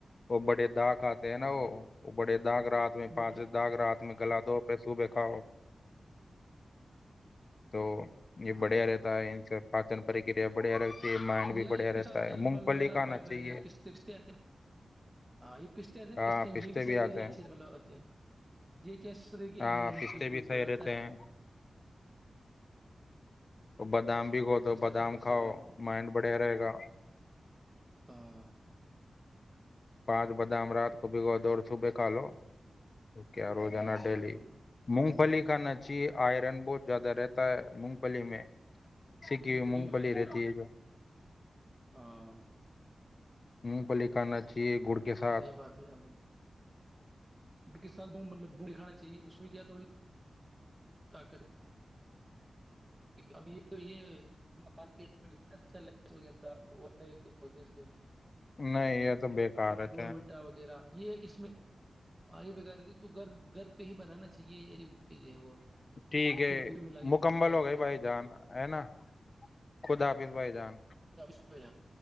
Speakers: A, on the left (about 50°); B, on the right (about 20°).
A: اور بڑے داغ کاتے ہیں نا
B: ہاں
A: وہ بڑے داغ رات میں
B: موٹے
A: پانچ داغ رات ت گلا دو پیسوں بھی کھاؤ تو یہ
B: ہاں
A: بڑھیا رہتا ہے ان سے پاچن پرکریا بڑھیا رہتا ہے ہے مائنڈ بھی
B: یہ
A: بڑھیا
B: یہ پستا آتا ہے نا
A: مونگ
B: مطل
A: پھلی
B: ہے نا
A: کھانا چاہیے
B: پتے آتے ہیں ہاں یہ پستے آتے ہیں
A: ہاں
B: پستے ہیں یہ بھی شحت
A: آتے
B: کے لیے
A: ہیں
B: اچھے مطلب آتے ہیں یہ کیا شریر کی
A: ہاں
B: امیونٹی
A: پستے بھی
B: کو
A: صحیح
B: بڑھاتا
A: رہتے
B: ہے
A: ہیں تو بادام بھی کو دو
B: پستہ
A: بادام
B: کھانا چاہیے
A: کھاؤ
B: بھائی جان
A: بڑھیا رہے گا
B: ہاں
A: پانچ بادام رات کو بگو دوڑ صبح کھا لو تو کیا روزانا
B: ہاں صحیح
A: ڈیلی
B: بات بولی
A: مونگ پلی ھا نچیے آئرن بہت زیادہ رہتا ہے مونگ پلی میں سکی
B: مبلیم
A: ہوئی مونگ پھلی
B: آئرن
A: رہتی
B: ہے نا
A: جو
B: ہاں
A: م پلی خان چ گڑ کے ساتھ
B: صحی بات بھی یار بھائی کس ساتھ مطلب ب دکھانا چاہیے اس میں کیا تھوڑی طاقت اب یہ یہ مکی میںہ ہے کیا بولتے اس کو
A: نہیں یہ تو بیکار رہتے
B: برون
A: ہیں
B: وٹا وغیرہ یہ اس میں آئی بغیر تھ تو گھر گھر پہ ہی بنانا چاہیے چز ہے وہ
A: ٹھیک
B: اور
A: ہے
B: پھر دور میںلا کے
A: مکمل
B: پلاؤ
A: ہو گئے
B: کھلاؤ
A: بھائی جان ہے ن خود حافظ بھائی جان
B: ج جا <unintelligible>